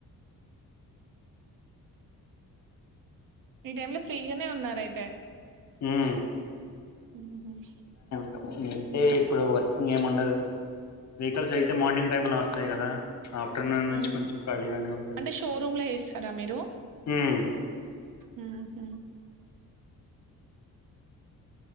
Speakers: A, on the right; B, on the left.
A: ఈ టైమ్ లో ఫ్రీగానే ఉన్నారు. అయితే
B: హ్మ్
A: ఉ హ్మ్
B: అంటే ఇప్పుడు వర్కింగ్ ఏమి ఉండదు. వెహికల్స్యితే మార్నింగ్ టైమ్ లో వస్త్ అంతే కదా ఆఫ్టర్నూన్
A: హ్మ్
B: నుంచి కొంచెం ఖాళీగానే ఉంటది
A: అంటే షోరూమ్ లో చేస్తారా మీరు
B: ఉమ్
A: ఊ ఊ